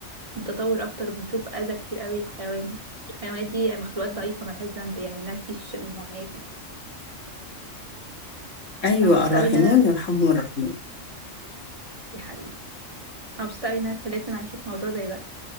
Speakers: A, on the right (about 25°); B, on the left (about 70°).
A: متطور اكتر وبنشوف اذى كتير قوي للحيوان الحيوانات دي مخلوقات ضعيفه ملهاش ذنب يعني انها تعيش المعاناه دي
B: أيوة
A: انا مبسوطه
B: الراحمون
A: قوي ان انا
B: يرحمهم الراحمين
A: يا حبيبي انا مبسوطه قوي ان انا اتكلمت معاكي في موضوع زي ده